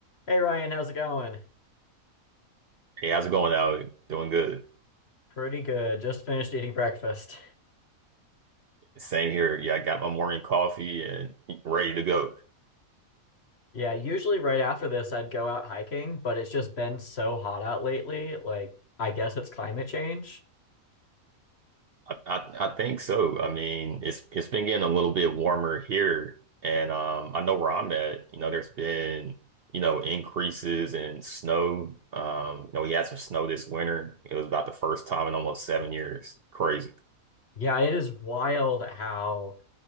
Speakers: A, on the left; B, on the right.
A: Hey Ryan, how's it going?
B: Hey, how's it going out? Doing good.
A: Pretty good. Just finished eating breakfast.
B: Same here. Yeah, I got my morning coffee and ready to go.
A: Yeah, usually right after this I'd go out hiking, but it's just been so hot out lately. Like, I guess it's climate change.
B: I, I, I think so. I mean, it's it's been getting a little bit warmer here, and um, I know where I'm at. You know, there's been you know increases in snow. Um, you know, we had some snow this winter. It was about the first time in almost seven years. Crazy.
A: Yeah, it is wild how